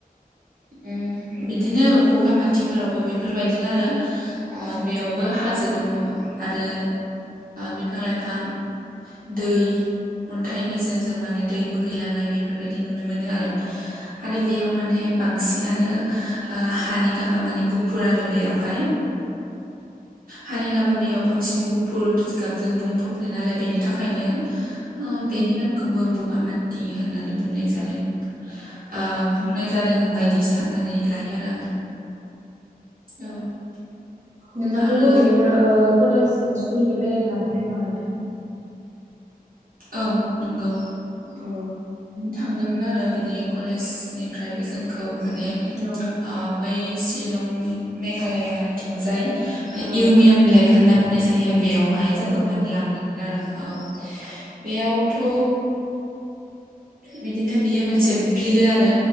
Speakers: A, on the right; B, on the right.
A: उम बिदिनो बगामाथिफोरावबो बे बेफोरबायदिनो आरो बेयावबो हाजो दङ आरो बिफां -लाइफां दै, अन्थाइ गेजेरजों माने दै बोहैलांनाय बे बेफोरबायदि नुनो मोनो आरो। आरो बेयाव माने बांसिनानो हानि गाबा माने गुफुर आरो बेवहाय हानि गाबा बेयाव बांसिन गुफुर गाबजों बुंफबनाय नालाय बेनि थाखायनो बेनि नामखौबो बगामाथि होननानै बुंनाय जादों। ओ बुंनाय जादों बायदि साननानै लायो। औ <unintelligible>
B: नोंथांखौबो
A: आरो
B: बिदिनो कलेज एबा स्कुलनिफ्राय बेरायनो लांफेरदों नामा नोंथां?
A: औ नंगौ
B: औ
A: थांदोंमोन आरो बिदि कलेजनिफ्रायबो जोंखौ माने
B: औ
A: ओ बै सिलं मेघालया थिंजाय बे
B: औ
A: इउमियाम ब्लेक होनना बुंनाय जायो। बेवहाय
B: औ
A: जोंखौ
B: औ
A: माने लांदोंमोन आरो। औ बेयावथ' बिदिनो बियो मोनसे बिलो आरो